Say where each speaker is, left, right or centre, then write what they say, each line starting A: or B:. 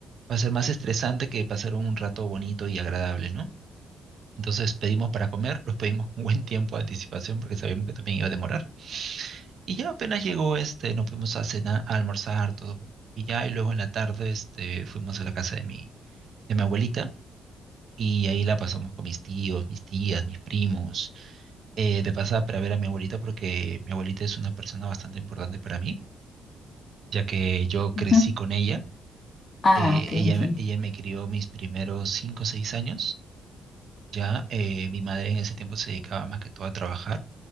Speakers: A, on the right (about 60°); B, on the left (about 40°).
A: va a ser más estresante que pasar un rato bonito y agradable, ¿no? Entonces pedimos para comer, los pedimos <laughs> con buen tiempo de anticipación porque sabíamos que también iba a demorar. Y ya apenas llegó este, nos fuimos a cenar, a almorzar, todo. Y ya, y luego en la tarde, este, fuimos a la casa de mi, de mi abuelita y ahí la pasamos con mis tíos, mis tías, mis primos. Eh, de pasada para ver a mi abuelita porque mi abuelita es una persona bastante importante para mí, ya que yo crecí
B: Ujú.
A: con ella.
B: Ah,
A: Eh,
B: ok, entiendo.
A: ella, ella me crió mis primeros cinco o seis años. Ya eh, mi madre en ese tiempo se dedicaba más que todo a trabajar